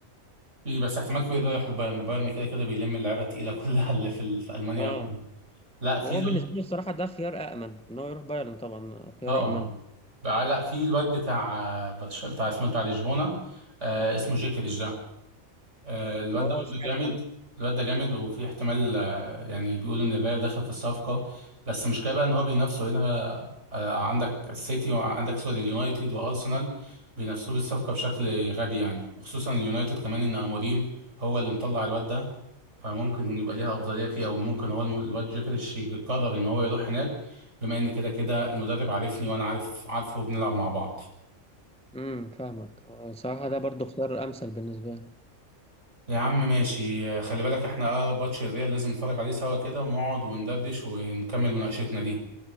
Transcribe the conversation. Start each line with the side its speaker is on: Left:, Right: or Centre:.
Right: في بس احتمال كبير ده يروح البايرن البايرن كده كده بيلم اللعيبه التقيله كلها <laughs> اللي في ال- في المانيا
Centre: اه
Right: ياخدها لا في
Centre: وهو
Right: الواد
Centre: بالنسبه لي الصراحه ده خيار امن ان هو يروح بايرن طبعا خيار
Right: اه
Centre: امن
Right: بقى- لا في الواد بتاع برشلونه بتاع اسمه بتاع لشبونه آه اسمه جيكريش ده آه، الواد
Centre: له
Right: ده برضه
Centre: اه سمعت
Right: جامد
Centre: عنه
Right: الواد ده جامد وفي احتمال آه، يعني بيقولوا ان فيال دخل في الصفقة بس المشكلة بقى ان هو بينافسوا هنا آه، عندك السيتي وعندك سوري اليونايتد وارسنال بينافسوه بالصفقة بشكل غبي يعني وخصوصا اليونايتد كمان ان اموريم هو اللي مطلع الواد ده فممكن إن يبقى ليها افضلية فيه او ممكن هو الم- الواد جيكريش يقرر ان هو يروح هناك بما ان كده كده المدرب عارفني وانا عارف عارفه وبنلعب مع بعض
Centre: امم فاهمك آه، الصراحه ده برضو خيار امثل بالنسبه لي
Right: يا عم ماشي آه، خلي بالك احنا اقرب ماتش الريال لازم نتفرج عليه سوا كده ونقعد وندردش ونكمل مناقشتنا دي